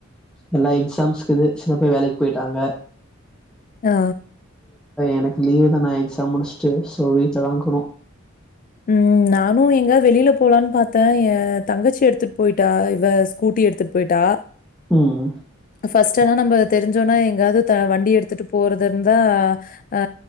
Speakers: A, in the centre; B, on the left.
A: எல்லா எக்ஸாம்ஸ்குது சில பேர் வேலக்கு போய்ட்டாங்க
B: ஆ.
A: எனக்கு லீவுதானே எக் ஸாம் முடுச்டு சோ வீட்லதா இக்குணு
B: ம் நானு எங்காது வெளில போலான் பாத்தே ஏ தங்கச்சி எடுத்துட் போய்ட்டா இவ ஸ்கூட் எடுத்துட்டு போய்ட்டா
A: ம்
B: ஃபர்ஸ்ட் எல்லா நம்ம தெரிஞ்சோனா எங்காது த வண்டி எடுத்துட்டு போறது இருந்தா அ